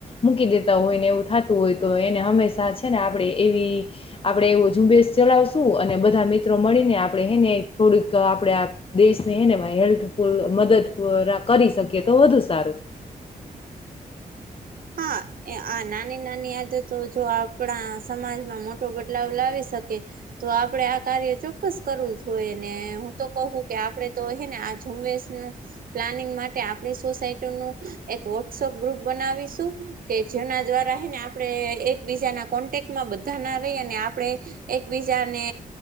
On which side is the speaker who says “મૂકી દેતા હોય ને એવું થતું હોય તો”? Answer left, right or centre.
Left